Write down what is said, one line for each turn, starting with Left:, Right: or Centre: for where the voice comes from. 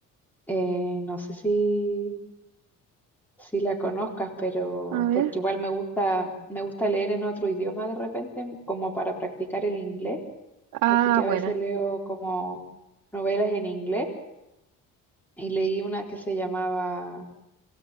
Centre: eh, no sé si, si la conozcas, pero
Right: A ver.
Centre: porque igual me gusta, me gusta leer en otro idioma de repente, como para practicar el inglés.
Right: Ah,
Centre: Así que a
Right: buena.
Centre: veces leo como novelas en inglés y leí una que se llamaba